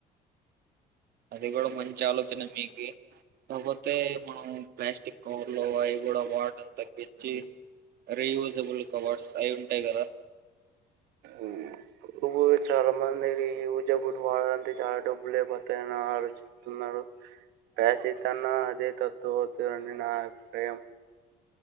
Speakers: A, on the right (about 65°); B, on the right (about 80°).
A: అది గోడా మంచి ఆలోచన మీకి కాపో అతే మనం ప్లాస్టిక్ కవర్లు అవి కూడా వాడ తగ్గిచ్చి రీయూస్ విజబుల్ కవడ్స్ అయి ఉంటాయి కదా
B: ఉమ్, ఇప్పుడు చాలా మంది ఈ ఊజ గుడి వాడంటే చాలా డబ్బులుపోతాయని ఆ చెప్తున్నారు పేస తన్నా అదే తత్తువ అవుతుందని నా అభిప్రాయం